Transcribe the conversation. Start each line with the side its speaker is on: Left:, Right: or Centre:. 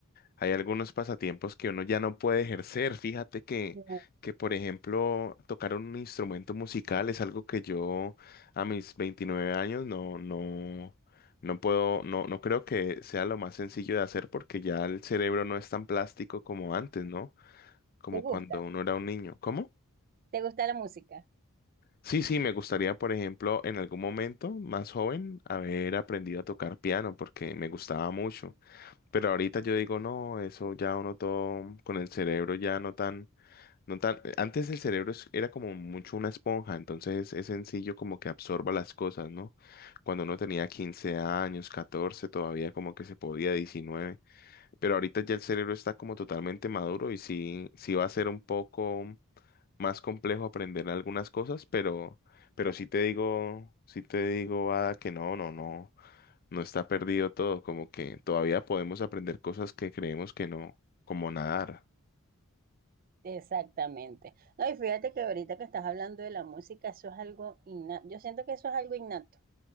Left: hay algunos pasatiempos que uno ya no puede ejercer. Fíjate que,
Right: Ya.
Left: que, por ejemplo, tocar un instrumento musical es algo que yo a mis 29 años no, no, no puedo, no, no creo que sea lo más sencillo de hacer porque ya el cerebro no es tan plástico como antes, ¿no? Como
Right: ¿Te gusta?
Left: cuando uno era un niño. ¿Cómo?
Right: ¿Te gusta la música?
Left: Sí, sí, me gustaría, por ejemplo, en algún momento más joven, haber aprendido a tocar piano porque me gustaba mucho. Pero ahorita yo digo, no, eso ya uno todo con el cerebro ya no tan, no tan. Antes el cerebro es- era como mucho una esponja, entonces es sencillo como que absorba las cosas, ¿no? Cuando uno tenía 15 años, 14, todavía como que se podía, 19. Pero ahorita ya el cerebro está como totalmente maduro y sí, sí va a ser un poco más complejo aprender algunas cosas, pero, pero sí te digo, sí te digo, Ada, que no, no, no, no está perdido todo, como que todavía podemos aprender cosas que creemos que no, como nadar.
Right: Exactamente. No, y fíjate que ahorita que estás hablando de la música, eso es algo innato. Yo siento que eso es algo innato.